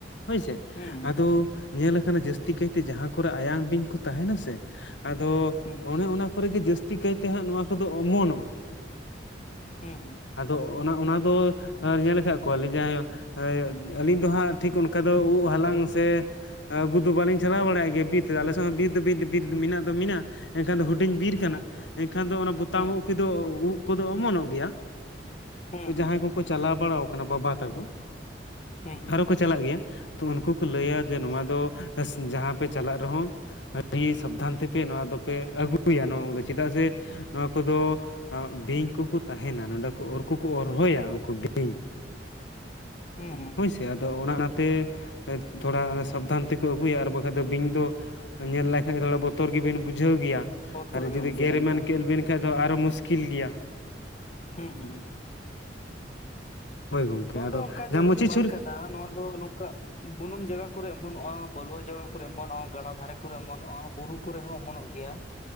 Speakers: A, on the left (about 80°); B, on the left (about 40°).
A: ᱦᱳᱭ ᱥᱮ
B: ᱦᱩᱸ
A: ᱟᱫᱚ ᱠᱚ ᱧᱮᱞ ᱟᱠᱟᱱᱟ ᱡᱟᱹᱥᱛᱤ ᱠᱟᱭᱛᱮ ᱡᱟᱦᱟᱸ ᱠᱚᱨᱮ ᱟᱭᱟᱝ ᱵᱤᱧ ᱠᱚ ᱛᱟᱦᱮᱱᱟ ᱥᱮ ᱟᱫᱚ
B: ᱦᱩᱸ
A: ᱚᱱᱮ ᱚᱱᱟ ᱠᱚᱨᱮ ᱜᱮ ᱡᱟᱹᱥᱛᱤ ᱠᱟᱭᱛᱮ ᱦᱟᱸᱜ ᱱᱚᱣᱟ ᱠᱚᱫᱚ ᱚᱢᱚᱱᱚᱜ-ᱟ ᱾
B: ᱦᱩᱸ ᱦᱩᱸ᱾
A: ᱟᱫᱚ ᱚᱱᱟ ᱚᱱᱟ ᱫᱚ ᱧᱮᱞ ᱟᱠᱟᱫ ᱠᱚᱣᱟᱞᱤᱧ ᱡᱟᱦᱟᱸᱭ ᱮ ᱟᱹᱞᱤᱧ ᱫᱚ ᱦᱟᱸᱜ ᱴᱷᱤᱠ ᱚᱱᱠᱟ ᱫᱚ ᱩᱜ ᱦᱟᱞᱟᱝ ᱥᱮ ᱟᱹᱜᱩ ᱫᱚ ᱵᱟᱞᱤᱧ ᱪᱟᱞᱟᱣ ᱵᱟᱲᱟᱜ ᱜᱮᱭᱟ ᱵᱤᱨ ᱛᱮᱫ ᱟᱞᱮ ᱥᱮᱫ ᱦᱚᱸ ᱵᱤᱨ ᱫᱚ ᱵᱤᱨ ᱵᱤᱨ ᱢᱮᱱᱟᱜ ᱫᱚ ᱢᱤᱱᱟᱜ-ᱟ ᱮᱱᱠᱷᱟᱱ ᱫᱚ ᱦᱩ ᱰᱤᱧ ᱵᱤᱨ ᱠᱟᱱᱟ
B: ᱦᱩᱸ
A: ᱮᱱᱠᱷᱟᱱ ᱫᱚ ᱚᱱᱟ ᱵᱚᱛᱟᱢ
B: ᱦᱩᱸ
A: ᱩᱜ ᱠᱩᱫᱚ ᱩᱫ ᱠᱚᱫᱚ ᱚᱢᱚᱱᱚᱜ ᱜᱮᱭᱟ᱾
B: ᱦᱩᱸ
A: ᱛᱚ
B: ᱦᱩᱸ
A: ᱡᱟᱦᱟᱸᱭ ᱠᱚᱠᱚ ᱪᱟᱞᱟᱣ ᱵᱟᱲᱟ ᱠᱟᱱᱟ ᱵᱟᱵᱟ ᱛᱟᱠᱚ
B: ᱦᱩᱸ ᱾
A: <unintelligible> ᱠᱚ ᱪᱟᱞᱟᱜ ᱜᱮᱭᱟ ᱛᱚ ᱩᱱᱠᱩ ᱠᱚ ᱞᱟᱹᱭᱟ ᱡᱮ ᱱᱚᱣᱟ ᱫᱚ ᱡᱟᱦᱟᱸ ᱯᱮ ᱪᱟᱞᱟᱜ ᱨᱮᱦᱚᱸ ᱟᱹᱰᱤ ᱥᱟᱵᱫᱷᱟᱱ ᱛᱮᱯᱮ ᱱᱚᱣᱟ ᱫᱚᱯᱮ ᱟᱹᱜᱩᱭᱟ ᱱᱚᱣᱟ ᱠᱚᱫᱚ ᱪᱮᱫᱟᱜ ᱥᱮ ᱱᱚᱣᱟ ᱠᱚᱫᱚ ᱵᱤᱧ ᱠᱚᱠᱚ ᱛᱟᱦᱮᱱᱟ ᱱᱚᱰᱮ ᱠᱚ ᱩᱨ ᱠᱚᱠᱚ ᱦᱚᱨᱦᱚᱭᱟ ᱩᱱᱠᱩ ᱵᱤᱧ᱾
B: ᱦᱩᱸ ᱦᱩᱸ,
A: ᱦᱳᱭ ᱥᱮ ᱟᱫᱚ ᱚᱱᱟ ᱚᱱᱟ ᱛᱮ ᱛᱷᱚᱲᱟ ᱥᱟᱵᱫᱷᱟᱱ ᱛᱮᱠᱚ ᱟᱹᱜᱩᱭᱟ᱾ ᱟᱨ ᱵᱟᱠᱷᱟᱡ ᱫᱚ ᱵᱤᱧ ᱫᱚ ᱧᱮᱞ ᱞᱟᱭᱠᱷᱟᱭ ᱛᱷᱚᱲᱟ ᱵᱚᱛᱚᱨ ᱜᱮᱵᱤᱱ ᱵᱩᱡᱷᱟᱹᱣ ᱜᱮᱭᱟ
B: ᱵᱚᱛᱚᱨ
A: ᱟᱨ
B: ᱜᱮ
A: ᱡᱩᱫᱤ
B: ᱵᱩᱡᱷᱟᱹᱜᱼᱟ
A: ᱜᱮᱨ
B: ᱮᱠᱫᱚᱢ
A: ᱮᱢᱟᱱ ᱠᱮᱫ ᱵᱤᱱ ᱠᱷᱟᱡ ᱫᱚ ᱟᱨᱚ ᱢᱩᱥᱠᱤᱞ ᱜᱮᱭᱟ᱾
B: ᱦᱩᱸ ᱦᱩᱸ᱾
A: ᱦᱳᱭ ᱜᱚᱝᱠᱮ
B: ᱱᱚᱣᱟ
A: ᱟᱫᱚ
B: ᱫᱚ ᱚᱱᱠᱟ
A: ᱡᱟᱦᱟᱸ
B: ᱡᱟᱹᱨᱩᱨᱤ
A: ᱢᱩᱪᱤ
B: ᱵᱟᱝ
A: ᱪᱷᱩᱨᱤ
B: ᱠᱟᱱᱟ ᱱᱚᱣᱟ ᱫᱚ ᱱᱚᱝᱠᱟ ᱵᱩᱱᱩᱢ ᱡᱟᱭᱜᱟ ᱠᱚᱨᱮᱜ ᱚᱢᱚᱱᱚᱜᱼᱟ, ᱵᱟᱹᱞᱣᱟᱹ ᱡᱟᱭᱜᱟ ᱠᱚᱨᱮᱜ ᱚᱢᱚᱱᱚᱜᱼᱟ, ᱜᱟᱰᱟ ᱫᱷᱟᱨᱮ ᱠᱚᱨᱮᱜ ᱚᱢᱚᱱᱚᱜᱼᱟ, ᱵᱩᱨᱩ ᱠᱩ ᱨᱮᱦᱚᱸ ᱚᱢᱚᱱᱚᱜ ᱜᱮᱭᱟ᱾